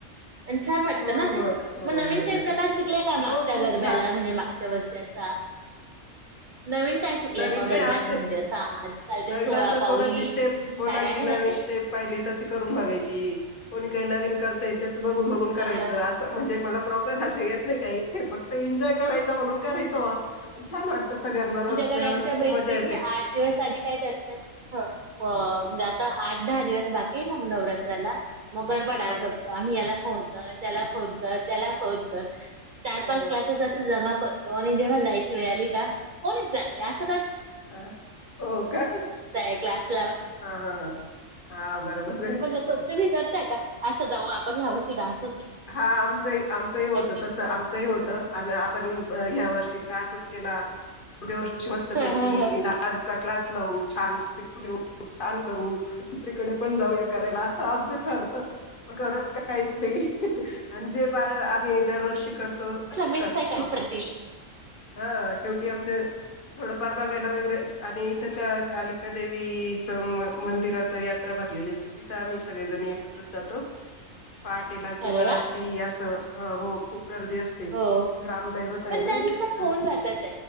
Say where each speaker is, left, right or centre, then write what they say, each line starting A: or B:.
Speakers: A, on the right; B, on the left.
A: आणि छान वाटतं
B: हो,
A: ना ते
B: हो
A: मग नवीन
B: आहे
A: काही
B: ना
A: प्रकार
B: तसं
A: शिकल्या कामात
B: हो
A: त्या
B: खूप
A: गरब्याला
B: छान
A: म्हणजे मागच्या वर्ष कसा नवीन काय शिकलय
B: नवीन
A: मग
B: काय
A: गरब्यात
B: आमचे
A: म्हणजे असा आजकाल ते
B: नवीन
A: सोळा
B: असं
A: पाऊली
B: कोणाची स्टेप कोणाची
A: काय आहे
B: नवीन
A: ना ते?
B: स्टेप पाहिली तसे करून बघायची कोणी काही नवीन करतय त्यात. त्यांच बघून बघून करायचं
A: हा हा हा.
B: असं म्हणजे मला प्रॉपर हसाया येत नाही काही फक्त एन्जॉय करायचा म्हणून कर <unintelligible> तवा छान वाटतं सगळ्यांबरोबर केल्यावर
A: सगळ्यांच्या
B: खूप
A: मैत्रिणी
B: मजा येते
A: आठ दिवस आधी काय करतात <unintelligible> अ म्हणजे आता आठ-दहा दिवस बाकी आहे ना नवरात्राला? म गरबा डान्स
B: हा
A: असतो आम्ही याला फोन कर त्याला फोन कर, त्याला फोन कर. चार
B: हा
A: पाच
B: हा
A: क्लासेस असं जमा कर जेव्हा जायची वेळ आली का कोणीच जात नाही असं क
B: अ हो का
A: क्लास
B: हा हा ह हा बरोबर. आहे
A: मजा करते मी. करताय का असं जाऊ आपण हे अवश्य डान्स-
B: हा आमचंही आमचंही होतं
A: शिकू.
B: तस आमचंही होतं आम- आपण ह्या वर्ष तासच केला. 'गौरीचे' मस्तपैकी
A: हा हा
B: बिना डान्स- क्लास लावू छान छान करू दुस- तडे पण जाऊ या कराला अस आमचं ठरत करत काहीच नाही. आणि जे फार आम्ही दरवर्षी करतो. तो
A: हा
B: असच
A: मीच
B: करतो
A: आहे काय प्रतील
B: का शेवटी आमच थोडं फार बघायला वरे आणि- कालिका देवीच मंदिरात यात्रा भरलेली असते तिथं आम्ही सगळेजणी एकत्र जातो पहाटे - किंवा
A: अरे
B: रात्री
A: वा
B: असं- हा हो खूप गर्दी असते
A: हो
B: ग्रामदैवत आहे
A: पण
B: ना
A: त्या दिवसात
B: तिथं
A: होऊन जातात